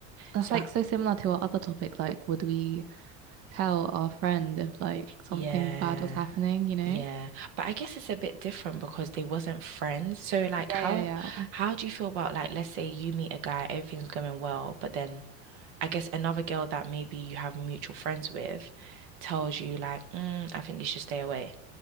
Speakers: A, on the right; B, on the right.
A: That's
B: So
A: like so similar to our other topic. Like, would we tell our friend if like something
B: yeah.
A: bad was happening, you know?
B: Yeah, but I guess it's a bit different because they wasn't friends. So like
A: Yeah,
B: how
A: yeah, yeah.
B: how do you feel about like let's say you meet a guy, everything's going well, but then I guess another girl that maybe you have mutual friends with tells you like, mm, I think you should stay away.